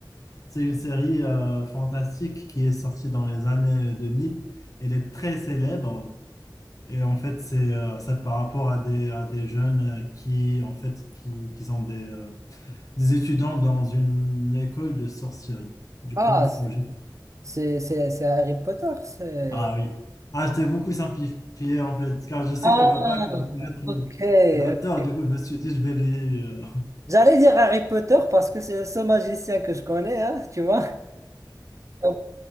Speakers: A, on the left; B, on the right.
A: c'est une série euh, fantastique qui est sortie dans les années 2000. Elle est très célèbre et en fait, c'est euh, c'est par rapport à des, à des jeunes euh, qui, en fait, qui, qui sont des, euh, des étudiants dans une école de sorcellerie. Du
B: Ah,
A: coup, faut...
B: c'est
A: ju-
B: c'est- c'est- c'est Harry Potter. C'est.
A: Ah oui. Ah, je t'ai beaucoup simplifié en fait, car je sais
B: Ah,
A: que tu vas pas connaître
B: ok.
A: l'au-
B: ok.
A: l'auteur. Du coup, je me suis dit, je vais lui... euh,
B: J'allais dire Harry Potter parce que c'est le seul magicien que je connais, hein, tu vois. Donc,